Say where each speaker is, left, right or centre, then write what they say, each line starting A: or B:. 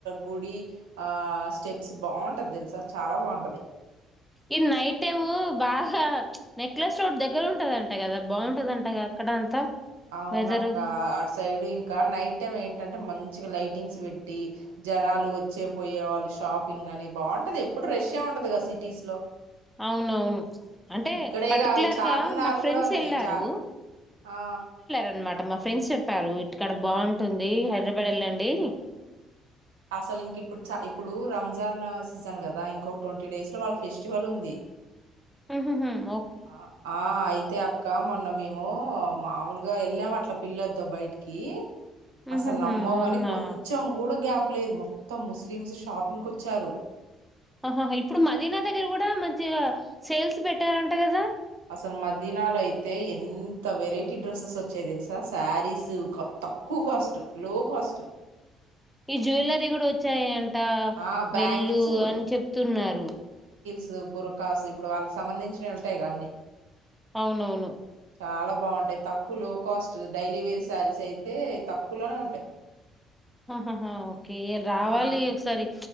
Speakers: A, on the right (about 85°); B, in the centre.
A: గుడి ఆ స్టెప్స్ బాగుంటది తెలుసా చాలా బాగుంటది
B: ఇది నైట్ టైము బాగా నెక్లెస్ రోడ్డు దగ్గర ఉంటదంట కదా బాగుంటదంటద అక్కడ అంతా
A: అవునక్క
B: వెదరు
A: అటు సైడ్ ఇంకా నైట్ టైం ఏంటంటే మంచి మచ్చగా లైటింగ్స్ పెట్టి జనాలు వచ్చే పోయే వాళ్ళు షాపింగ్ అని బాగుంటది ఎప్పుడు రష్యా ఉంటది కదా సిటీస్ లో
B: అవునవును అంటే
A: ఇక్కడే
B: పర్టికులర్గా
A: కాదు చార్మినార్
B: మా ఫ్రెండ్స్
A: కూడా అంతే
B: వెళ్ళారు
A: చా ఆ
B: అనమాట మా ఫ్రెండ్స్ చెప్పారు ఇటుక్కడ బాగుంటుంది హైదరాబాద్ వెళ్ళండి
A: అసలు ఇంక ఇప్పుడు చ ఇప్పుడు రంజాన్ సీజన్ కదా ఇంకొ ట్వంటీ డేస్ లో వాళ్ళకి ఫెస్టివల్ ఉంది
B: ఉహూహూ
A: ఆ ఆ ఆయి తే అక్క మొన్న మేము మామూలుగా వెళ్ళాం అట్ల పిల్లలతో బయటికి
B: మ్మ్
A: అసలు
B: హ్మ్ హ్మ్
A: నమ్మవు కానీ
B: అవునా
A: కొంచెం కూడా గ్యాప్ చెప్పలేదు మొత్తం ముస్లిమ్స్ షాపింగ్ వచ్చారు
B: ఆహాహ ఇప్పుడు మదీనా దగ్గర కూడా మంచిగా సేల్స్ పెట్టారంట కదా
A: అసలు మద్యానాలో అయితే ఎంత వెరైటీ డ్రెస్సెస్ వచ్చాయ తెలుసా శారీస్ తక్కువ కాస్ట్ లో కాస్ట్
B: ఈ జ్యవెలరీ కూడా వచ్చాయా ంటా
A: ఆ బ్యాంగిల్స్
B: వెళ్ళు అని చెప్తున్నారు
A: జూ బుర కాసు ఇప్పుడు వాళ్ళకి సంబంధించినవి ఉంటాయి కాన్ని
B: అవునవును
A: చాలా బాగుంటాయి తక్కువ లో కాస్ట్ డైలివరీ శారీస్ అయితే తక్కువలోనే ఉంటాయి
B: ఆహహా ఓకే రావాలి
A: ఆ
B: ఒకసారి